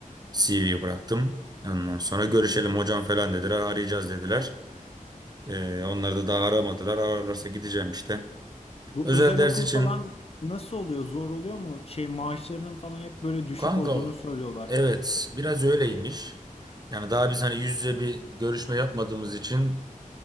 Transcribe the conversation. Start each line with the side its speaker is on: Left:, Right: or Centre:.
Right: CV bıraktım. Ondan sonra görüşelim hocam falan dediler. Arayacağız dediler. E, onları da daha aramadılar. Ararlarsa gideceğim işte.
Left: Bu
Right: Özel
Left: özel
Right: ders
Left: okul
Right: için
Left: falan nasıl oluyor? Zor oluyor mu? Şey maaşlarının falan hep böyle düşük
Right: kanka
Left: olduğunu söylüyorlar.
Right: evet biraz öyleymiş. Yani daha biz hani yüz yüze bir görüşme yapmadığımız için